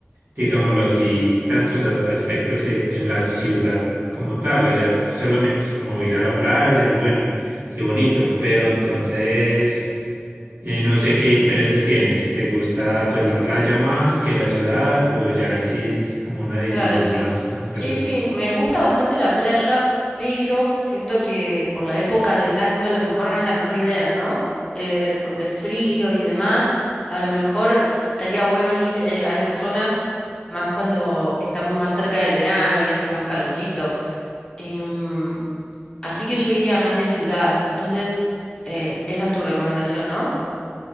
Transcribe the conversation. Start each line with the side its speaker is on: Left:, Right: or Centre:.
Right: digámoslo así, tantos a- aspectos eh, en la ciudad como tal. Allá es- solamente es como ir a la playa y bueno, y bonito, pero entonces eh, no sé qué intereses tienes, si te gusta pues la playa más que la ciudad o ya ahí sí es como una decisión
Left: Claro, sí.
Right: más, más personal.
Left: Sí, sí, me gusta bastante la playa, pero siento que por la época del año a lo mejor no es la mejor idea, ¿no? Eh, porque el frío y demás, a lo mejor estaría bueno ir eh, a esas zonas más cuando estamos más cerca del verano y hace más calorcito. Em, así que yo iría más de ciudad, entonces eh, esa es tu recomendación, ¿no?